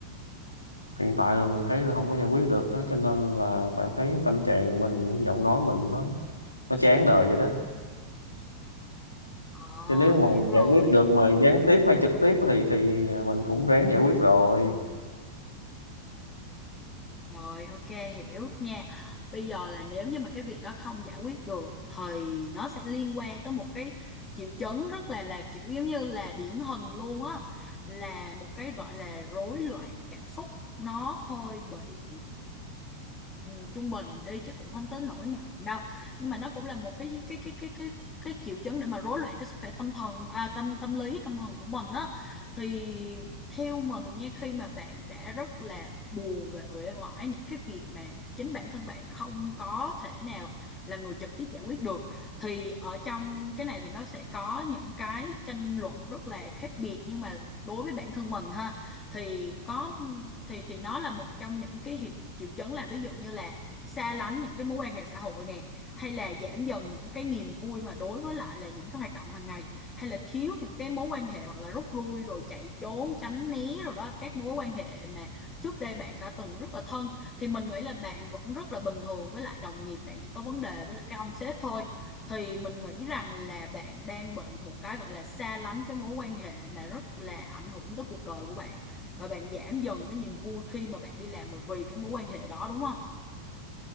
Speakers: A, on the left; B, on the left.
A: hiện tại là mình thấy là không có giải quyết được đó cho nên là bạn thấy tâm trạng mình giọng nói mình nó nó chán đời vậy đó
B: À,
A: chứ nếu mà
B: hiểu rồi.
A: giải quyết được mà gián tiếp hay trực tiếp thì thì ờ, mình cũng ráng giải quyết rồi
B: Rồi, ok, hiểu nha. Bây giờ là nếu như mà cái việc đó không giải quyết được thì nó sẽ liên quan tới một cái triệu chứng rất là là kiểu giống như là điển hình luôn á, là một cái gọi là rối loạn cảm xúc nó hơi bị ừ, trung bình đi chứ cũng không tới nỗi nặng đâu. Nhưng mà nó cũng là một cái cái cái cái cái cái triệu chứng để mà rối loạn cái sức khỏe tâm thần à, tâm tâm lý tâm thần của mình á thì theo mình nha khi mà bạn đã rất là buồn và uể oải những cái việc mà chính bản thân bạn không có thể nào là người trực tiếp giải quyết được thì ở trong cái này thì nó sẽ có những cái tranh luận rất là khác biệt nhưng mà đối với bản thân mình ha thì có thì thì nó là một trong những cái hiệu triệu chứng là ví dụ như là xa lánh những cái mối quan hệ xã hội nè hay là giảm dần những cái niềm vui mà đối với lại là những cái hoạt động hàng ngày hay là thiếu những cái mối quan hệ hoặc là rút lui rồi chạy trốn tránh né rồi đó các mối quan hệ mà trước đây bạn đã từng rất là thân thì mình nghĩ là bạn vẫn rất là bình thường với lại đồng nghiệp bạn chỉ có vấn đề với lại cái ông sếp thôi thì mình nghĩ rằng là bạn đang bị một cái gọi là xa lánh cái mối quan hệ mà rất là ảnh hưởng tới cuộc đời của bạn và bạn giảm dần cái niềm vui khi mà bạn đi làm là vì cái mối quan hệ đó đúng không